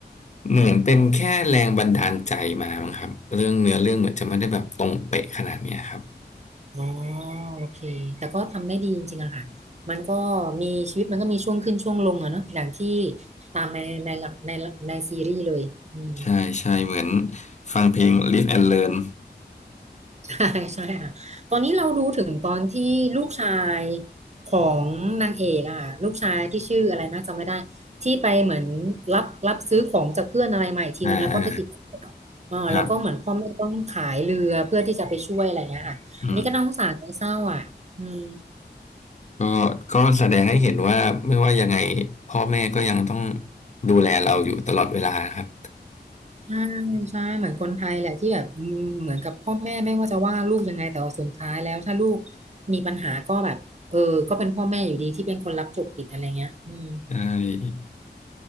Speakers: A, on the left; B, on the right.
A: เหมือนเป็นแค่แรงบันดาลใจมามั้งครับเรื่องเนื้อเรื่องเหมือนจะไม่ได้แบบตรงเป๊ะขนาดเนี้ยครับ
B: อ๋อโอเคแต่ก็ทำได้ดีจริงๆอะค่ะมันก็มีชีวิตมันก็มีช่วงขึ้นช่วงลงอะเนาะอย่างที่ตามในในหลักในในซีรีส์เลยอืม
A: ใช่ใช่เหมือนฟังเพลง Live and Learn
B: <laughs> ใช่ใช่ค่ะตอนนี้เราดูถึงตอนที่ลูกชายของนางเอกอะ่ะลูกชายที่ชื่ออะไรนะจำไม่ได้ ที่ไปเหมือนรับรับซื้อของจากเพื่อนอะไรใหม่ทีนึงแล้วก็ไปติดคุกอ่าแล้วก็เหมือนพ่อแม่ต้องขายเรือเพื่อที่จะไปช่วยอะไรเงี้ยค่ะอันนี้ก็น่าสงสารน่าเศร้าอ่ะอืม
A: อ่าอ่าครับอืม ก็ก็แสดงให้เห็นว่าไม่ว่ายังไงพ่อแม่ก็ยังต้องดูแลเราอยู่ตลอดเวลาครับ
B: ใช่ใช่เหมือนคนไทยแหละที่แบบอืมเหมือนกับพ่อแม่ไม่ว่าจะว่าลูกยังไงแต่ว่าสุดท้ายแล้วถ้าลูกมีปัญหาก็แบบเออก็เป็นพ่อแม่อยู่ดีที่เป็นคนรับจบผิดอะไรเงี้ยอืม
A: ใช่